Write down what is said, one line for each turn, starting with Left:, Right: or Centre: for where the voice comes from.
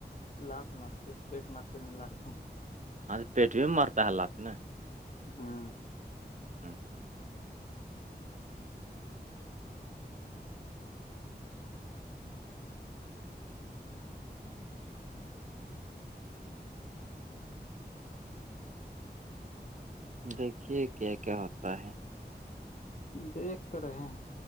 Left: لااتھ مارتی پیٹ مارتی ن لاات م
Right: ہاں تو پیٹ بھی مرتا ہے حالات نے
Left: ہاں
Right: ہاں دیکھیے کیا کیا ہوتا ہے
Left: دیکھ تو رہے